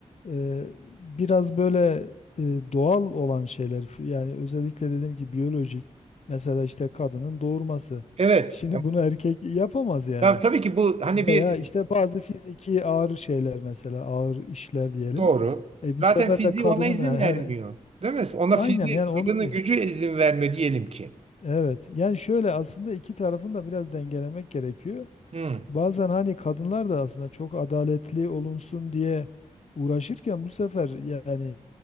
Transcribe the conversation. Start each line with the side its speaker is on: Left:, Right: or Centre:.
Left: Eee, biraz böyle eee, doğal olan şeyler f- yani özellikle dediğim gibi biyolojik mesela işte kadının doğurması.
Right: Evet.
Left: Şimdi bunu erkek yapamaz yani.
Right: Ya tabii ki bu hani
Left: Veya
Right: bir
Left: işte bazı fiziki ağır şeyler mesela ağır işler diyelim.
Right: doğru.
Left: E,
Right: Zaten
Left: bu sefer
Right: fiziği
Left: de kadının
Right: ona izin
Left: her,
Right: vermiyor.
Left: her-
Right: Değil mi? Ona
Left: aynen
Right: fiziği,
Left: yani
Right: kadının
Left: onu fi-
Right: gücü izin vermiyor diyelim ki.
Left: evet yani şöyle aslında iki tarafın da biraz dengelemek gerekiyor.
Right: Hı,
Left: Bazen hani kadınlar da aslında çok adaletli olunsun diye uğraşırken bu sefer yani